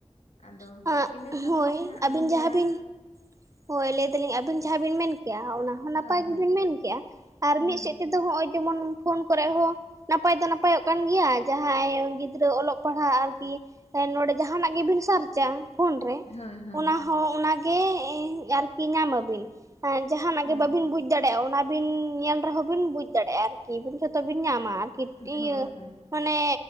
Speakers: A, on the left; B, on the right.
A: ᱟᱫᱚ
B: ᱟᱸᱜ
A: ᱤᱱᱟᱹ ᱠᱷᱟᱹᱛᱤᱨ
B: ᱦᱳᱭ
A: ᱛᱮ ᱦᱟᱸᱜ
B: ᱟᱹᱵᱤᱱ
A: ᱞᱤᱧ ᱞᱟᱹᱭᱟ
B: ᱡᱟᱦᱟᱸ ᱵᱤᱱ ᱦᱳᱭ ᱞᱟᱹᱭ ᱫᱟᱞᱤᱧ ᱟᱵᱤᱱ ᱡᱟᱦᱟᱸ ᱵᱤᱱ ᱢᱮᱱ ᱠᱮᱼᱟ ᱚᱱᱟ ᱦᱚᱸ ᱱᱟᱯᱟᱭ
A: ᱦᱳᱭ
B: ᱜᱮᱵᱤᱱ
A: ᱦᱳᱭ
B: ᱢᱮᱱ ᱠᱮᱼᱟ ᱟᱨ ᱢᱤᱫ
A: ᱦᱳᱭ
B: ᱥᱮᱫ ᱛᱮ ᱦᱚᱸᱜ-ᱚᱭ ᱡᱮᱢᱚᱱ ᱯᱷᱳᱱ ᱠᱚᱨᱮᱜ ᱦᱚᱸ ᱱᱟᱯᱟᱭ ᱫᱚ ᱱᱟᱯᱟᱭᱼᱚᱜ ᱠᱟᱱ ᱜᱮᱭᱟ ᱡᱟᱦᱟᱸᱭ ᱜᱤᱫᱽᱨᱟᱹ ᱚᱞᱚᱜ ᱯᱟᱲᱦᱟᱜ ᱟᱨᱠᱤ ᱮ ᱱᱚᱸᱰᱮ ᱡᱟᱦᱟᱱᱟᱜ ᱜᱮᱵᱤᱱ ᱥᱟᱨᱪ ᱪᱟ ᱯᱷᱳᱱ ᱨᱮ᱾
A: ᱦᱳᱭ ᱦᱳᱭ
B: ᱚᱱᱟ ᱦᱚᱸ ᱚᱱᱟ ᱜᱮ ᱮᱸ ᱟᱨᱠᱤ ᱧᱟᱢᱼᱟᱵᱤᱱ᱾ ᱟ ᱡᱟᱦᱟᱱᱟᱜ
A: ᱦᱳᱭ
B: ᱜᱮ ᱵᱟᱹᱵᱤᱱ ᱵᱩᱡ ᱪᱟᱲᱮᱭᱟᱜᱼᱟ ᱚᱱᱟ ᱵᱤᱱ ᱧᱮᱞ ᱨᱮᱦᱚᱸ ᱵᱤᱱ ᱵᱩᱡᱽ ᱫᱟᱲᱮᱭᱟᱜᱼᱟ ᱟᱨᱠᱤ ᱵᱤᱱ ᱡᱷᱚᱛᱚ ᱵᱤᱱ ᱧᱟᱢᱟ ᱟᱨᱠᱤ ᱤᱭᱟᱹ
A: ᱦᱳᱭ ᱦᱳᱭ
B: ᱢᱟᱱᱮ